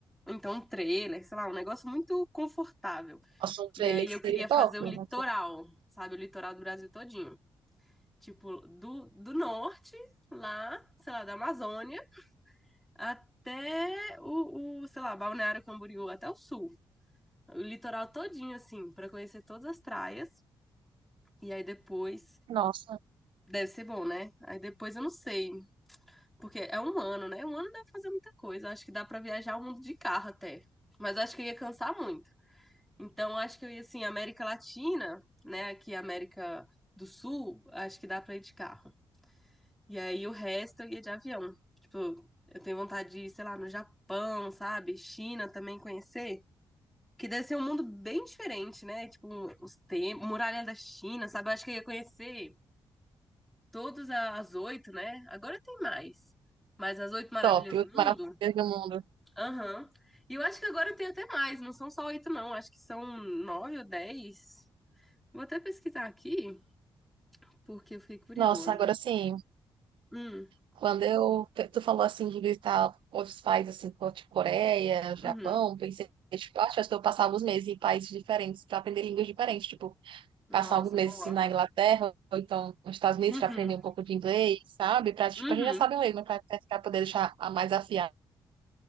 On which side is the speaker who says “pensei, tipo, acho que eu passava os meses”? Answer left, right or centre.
Right